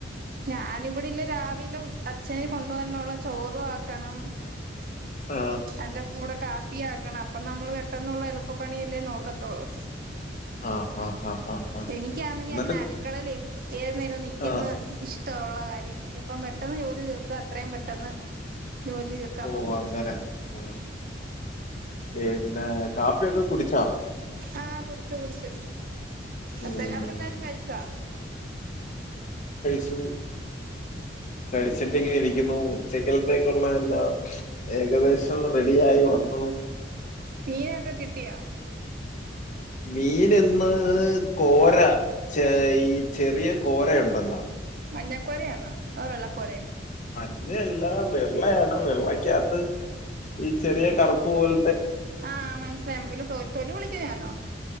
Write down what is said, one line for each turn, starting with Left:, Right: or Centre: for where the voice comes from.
Right: ഞാനിവിടല്ല രാവിലെ ഉ അച്ഛന് കൊണ്ടുവരാനള്ള ചോറു ആക്കണം
Left: ആ
Right: ന്റെ കൂടെ കാപ്പി ആക്കണം അപ്പൊ നമ്മൾ ട്ടെന്നുള്ള എളുപ്പപ്പണിയല്ലേ നോക്കത്തോളൂ
Left: ആ ആ ആ ആ
Right: എനിക്കാണെങ്കി
Left: എന്നിട്ട്
Right: അങ്ങനെ അടുക്കളൽ ഏത് നേരവും നി ക്കുന്ന
Left: ആ
Right: ഇഷ്ടുള്ള കാര്യല്ല ഇപ്പം പെട്ടെന്ന് ജോലി തീർക്ക അത്രയും പെട്ടെന്ന് ജോലി തീർക്കാൻ
Left: ഓ
Right: നോക്കും
Left: അങ്ങനെ ആ പിന്നെ കാപ്പിയൊക്കെ കുടിച്ചോ
Right: ആ കുടിച്ചു കുടിച്ചു
Left: ഉം
Right: അത്ത അവിടെ എല്ലാരും കഴിച്ചോ
Left: സു കഴിച്ചിട്ടിങ്ങനെ ഇരിക്കുന്നു ഉച്ചക്കിൽത്തേക്കുള്ള എല്ലാം ഏകദേശം റെഡിയായി വ ന്നു
Right: മീനൊക്കെ കിട്ടിയൊ
Left: മീൻ ഇന്ന് കോര ചെ ഈ ചെറിയ കോരയുണ്ടല്ലോ
Right: മഞ്ഞക്കോരയാന്നോ അതോ വെള്ളക്കോരയൊ
Left: ന്നെ എല്ലാം വെള്ളയാണ് വെള്ളക്കകത്ത് ഈ ചെറിയ കറുപ്പ് പോൽ
Right: ആ മനസ്സിലായി പി തൊലി തൊലി പൊളിക്കുന്നയാന്നോ